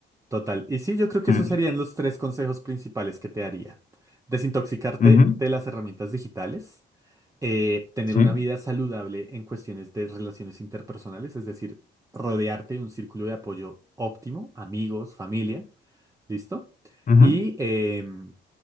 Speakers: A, on the right; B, on the left.
A: total. Y sí, yo creo que
B: Mm,
A: esos serían los tres consejos principales que te daría. Desintoxicarte
B: ujú,
A: de las herramientas digitales, eh, tener
B: sí,
A: una vida saludable en cuestiones de relaciones interpersonales, es decir, rodearte de un círculo de apoyo óptimo, amigos, familia. ¿Listo?
B: ujú,
A: Y em,